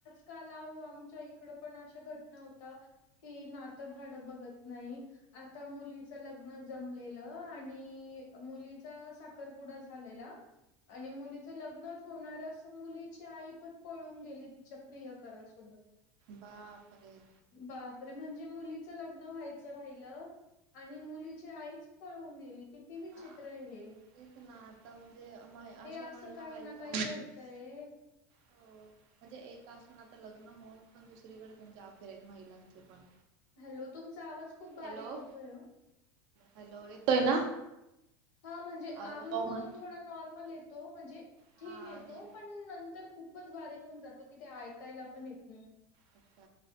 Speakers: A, on the left; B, on the right.
A: काल आहू आमच्या इकड पण अशा घटना होता की, नातं भाडं बघत नाही. आता मुलीच लग्न जमलेलं आणि मुलीचा साखरपुडा. पुडा झालेला आणि मुलीचं लग्न. होणाऱ्या अस मुलीची आई पण पळून गेली तिच्या प्रियकरासोबत.
B: बापरे.
A: बापरे म्हणजे मुलीचं लग्न व्हायचं राहिलं आणि मुलीची आईच. पळून गेली. विचित्र
B: हा
A: आहे हे.
B: तेच ना आता म्हणजे म
A: हे
B: अशा
A: असं
B: महिला काही
A: ना
B: का,
A: काही घडतय.
B: हम, म्हणजे एक असून आता लग्न होऊन पण दुसरीकडे त्यांचे अफेर आहेत महिलांचे पण
A: हॅलो तुमचा आवाज खूप बारीक
B: हॅलो
A: येतोय ओ
B: हॅलो येतोय ना?
A: हा म्हणजे
B: अहो
A: अधून मधून
B: म्हण
A: थोडा नॉर्मल येतो म्हणजे
B: हा
A: ठीक येतो
B: नेट
A: पण नं तर खूपच बारीक होऊन जातो की तो ऐकायला पण येत नाही
B: अच्छा